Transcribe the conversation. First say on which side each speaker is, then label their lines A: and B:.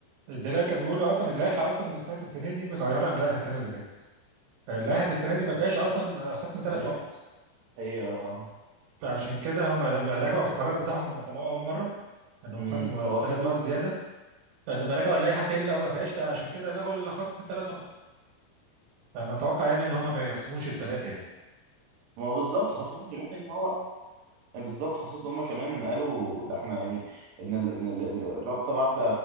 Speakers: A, on the right; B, on the right.
A: ده كان بيقولوا اصلا اللائحه اصلا بتاعت السنه دي متغيره عن اللائحه السنه اللي فاتت فلائحه السنه دي ما فيهاش اصلا خصم ثلاث
B: دي
A: نقط
B: حقيقة آه.
A: فعشان كده هم لما راجعوا في القرار بتاعهم لما طلعوه اول مره انهم
B: أمم،
A: خصموا
B: هو
A: ثلاث
B: فعلا
A: نقط زياده فلما رجعوا اللائحه تاني لقوا ما فيهاش فعشان كده لغوا الخصم الثلاث نقط فانا اتوقع يعني ان هم ما يخصموش الثلاثه يعني
B: ما هو بالظبط خاصة كمان إن هو يعني بالظبط خاصة إن هما كمان قالوا ده احنا يعني ان ال- إن ال- ال- الرابطة بعت